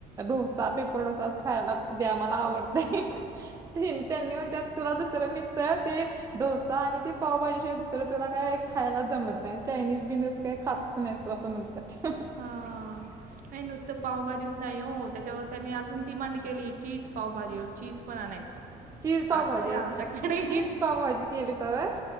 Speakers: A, on the right; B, on the right.
A: ढोसा पेपर डोसा द्या मला आवडतय ते त्यांनी म्हणते तुला दुसरं मिसळ ते डोसा आणि ते पावभाजी शिवाय दुसरं तुला काय खायलाच जमत नाही, चायनीज बियनिज असं काही खातच नाही तू असं म्हणतं <unintelligible>
B: हां नाहीं नुस्तं पावभाजीच नाही हो त्याच्यावर त्यांनी अजून डिमांड केली चीज पावभाजी वर चीज पण आणायचं.
A: चीज पावभाजी
B: आसंय आमच्याकडे.
A: चीज पावभाजी केलीसा व्हय?